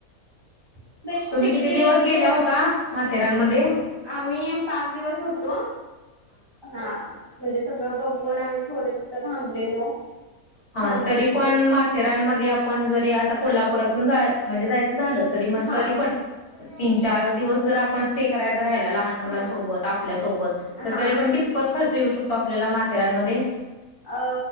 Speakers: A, on the right; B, on the left.
A: फ्रेश
B: तुम्ही
A: चिक्की
B: किती दिवस
A: एक
B: गेल्या होता. माथेरानमध्ये
A: आम्ही पाच दिवस होतो. हा म्हणजे सग ब बघून आम्ही थोडे तिथं थांबलेलो
B: हा
A: थांबून
B: तरी पण माथेरानमध्ये आपण जरी आता कोल्हापरातून जाय म्हणजे जायच झाल तरी म
A: हा
B: तरी पण तीन चार दिवस जर आपण स्टे करायच करायला लहान मुलांन
A: हा
B: सोबत आपल्या सोबत त
A: हा
B: तरी पण कितपत खर्च येऊ शकतो आपल्याला माथेरानमध्ये
A: अ